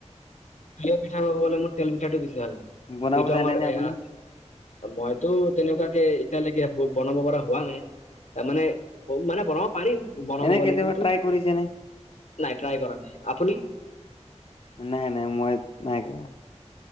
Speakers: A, on the left; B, on the left.
A: প্ৰিয় পিঠা কব গলে মোৰ তেল পিঠাটো বেছি
B: বনাব
A: এইটো আমাৰ
B: জানেনে আপুনি
A: এয়া মইতো তেনেকুৱাকে এতিয়ালৈকে একো বনাব পৰা হোৱা নাই। মানে মানে বনাব পাৰিম বনাব
B: এনে
A: গলে।
B: কেতিয়াবা
A: কিন্তু
B: ট্ৰাই কৰিছেনে
A: নাই ট্ৰাই কৰা নাই। আপুনি?
B: নাই, নাই। মইও নাই কৰা।